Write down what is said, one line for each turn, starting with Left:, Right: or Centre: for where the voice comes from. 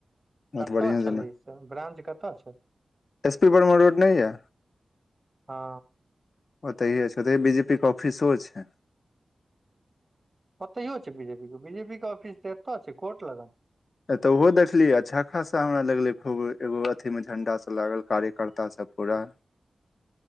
Left: बहुत
Right: कतऽ
Left: बढ़ियां
Right: छलै
Left: जेना
Right: ई से ब्रा्च कतऽ छैय
Left: एस पी वर्मा रोड नहि य
Right: हँ
Left: ओतहि छै ओतहि बीजे पी के ऑफिसो छै
Right: ओहितयो छै बीज पी के बीजे पी के ऑफिस तऽ एतो छै कोर्ट लगन
Left: तऽ अतोऊहो देखलिय अच्छा खासा हमरा लगले खूब एगो अथी में झंडा सब लागल कार्यकर्ता सब पूरा